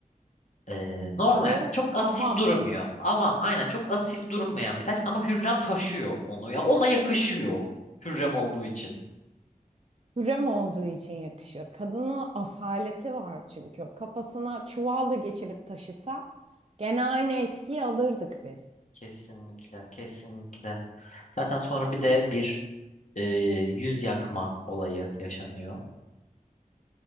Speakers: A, on the left; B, on the right.
A: E, normal
B: Varoş,
A: çok asil
B: avam.
A: durmuyor. Avam aynen çok asil durmayan bir taç ama Hürrem taşıyor onu ya ona yakışıyor Hürrem olduğu için.
B: Hürrem olduğu için yakışıyor. Kadının asaleti var çünkü. O kafasına çuval da geçirip taşısa gene aynı etkiyi alırdık biz.
A: Kesinlikle, kesinlikle. Zaten sonra bir de bir e, yüz yakma olayı yaşanıyor.